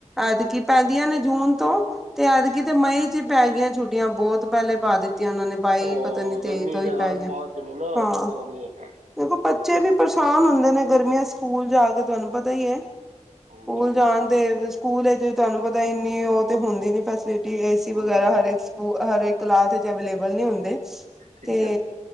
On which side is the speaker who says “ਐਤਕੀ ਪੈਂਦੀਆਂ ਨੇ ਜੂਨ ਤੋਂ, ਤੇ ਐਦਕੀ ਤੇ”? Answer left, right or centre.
Centre